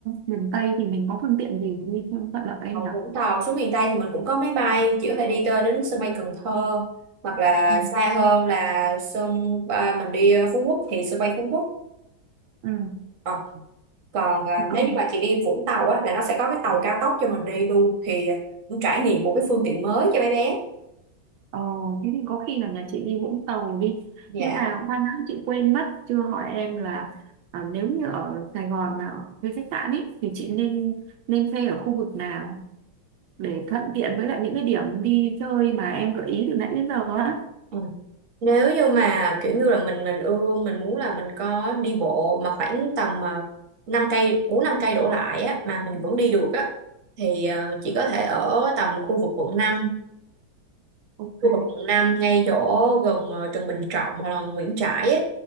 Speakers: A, on the right; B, on the right.
A: miền Tây thì mình có phương tiện gì đi cho thuận lợi anh
B: Ở
A: nhỉ?
B: Vũng Tàu xuống miền Tây thì mình cũng có máy bay chỉ có thể đi tới đến sân bay Cần Thơ hoặc là
A: Ừ.
B: xa hơn là sân ba mình đi ờ, Phú Quốc thì sân bay Phú Quốc
A: Ừ.
B: Ờ, còn ờ,
A: Thì có...
B: nếu như mà chị đi Vũng Tàu á là nó sẽ có cái tàu cao tốc cho mình đi luôn thì cũng trải nghiệm một cái phương tiện mới cho mấy bé
A: Ờ, thế thì có khi là nhà chị đi Vũng Tàu đi.
B: dạ
A: Nhưng mà khoan đã chị quên mất chưa hỏi em là ờ, nếu như ở Sài Gòn mà thuê khách sạn ấy thì chị nên nên thuê ở khu vực nào để thuận tiện với lại những cái điểm đi chơi mà em gợi ý từ nãy đến giờ á.
B: Ừ. nếu như mà kiểu như là mình mình ưa mình muốn là mình có đi bộ mà khoảng tầm uh, 5 cây 4 5 cây đổ lại á mà mình vẫn đi được á thì ờ, chỉ có thể ở tầm khu vực quận 5.
A: Ok.
B: Tôi ở quận 5 ngay chỗ gần ờ, Trần Bình Trọng hoặc là Nguyễn Trãi ấy,